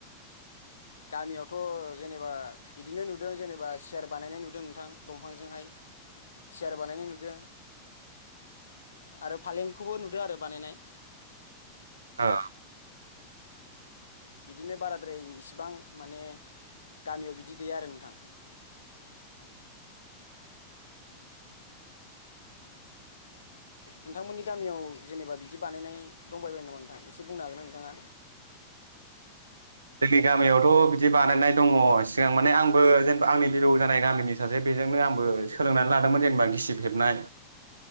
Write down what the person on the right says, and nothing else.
औ
<inaudible> जोंनि गामियावथ' बिदि बानायनाय दङ सिगां माने आंबो जेनबा आंनि बिलौ जानाय गामिनि सासे बेजोंनो आंबो सोलोंनानै लादोंमोन जेनेबा गिसिब हेबनाय